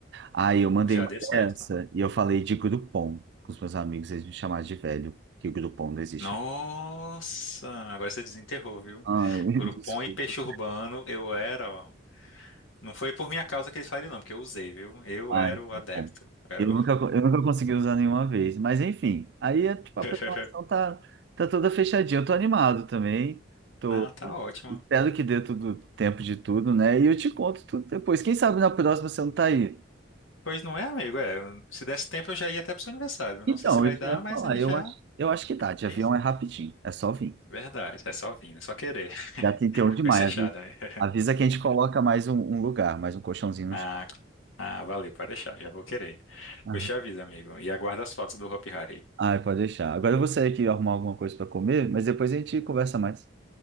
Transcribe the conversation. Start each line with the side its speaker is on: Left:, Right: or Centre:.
Right: Aí eu mandei
Left: já
Right: uma
Left: dê
Right: dessa
Left: certo.
Right: e eu falei de Groupon com os meus amigos, eles me chamaram de velho, que o Groupon não existe.
Left: Nossa, agora você desenterrou, viu?
Right: Ah, eu <laughs>
Left: Groupon
Right: desculpa.
Left: e peixe urbano, eu era, ó. Não foi por minha causa que eles faliram, não, porque eu usei, viu? Eu
Right: Ai,
Left: era o adepto.
Right: bom.
Left: Era
Right: Eu
Left: o...
Right: nunca, co- eu nunca consegui usar nenhuma vez. Mas enfim, aí é, tipo,
Left: <laughs>
Right: a programação tá, tá toda fechadinha. Eu tô animado também. Tô,
Left: Não, tá ótimo.
Right: espero que dê tudo tempo de tudo, né? E eu te conto tudo depois. Quem sabe na próxima você não tá aí.
Left: Pois não é, amigo? É, se desse tempo eu já ia até pro seu aniversário. Eu
Right: Então,
Left: Não sei se vai
Right: isso
Left: dar,
Right: que eu ia
Left: mas
Right: falar.
Left: a gente
Right: Eu
Left: já.
Right: acho, eu acho que dá. De
Left: Quem-
Right: avião é rapidinho. É só vir.
Left: Verdade, é só vir, é só querer. <laughs>
Right: Já 31 de
Left: Foi
Right: maio.
Left: fechado,
Right: avi-
Left: né? <laughs>
Right: Avisa que a gente coloca mais um, um lugar, mais um colchãozinho no
Left: Ah,
Right: chão.
Left: c- ah, valeu, pode deixar, já vou querer.
Right: Ah,
Left: Pois te aviso, amigo. E aguarda as fotos do Hopi Hari.
Right: Ai, pode deixar. Agora eu vou sair aqui arrumar alguma coisa para comer, mas depois a gente conversa mais.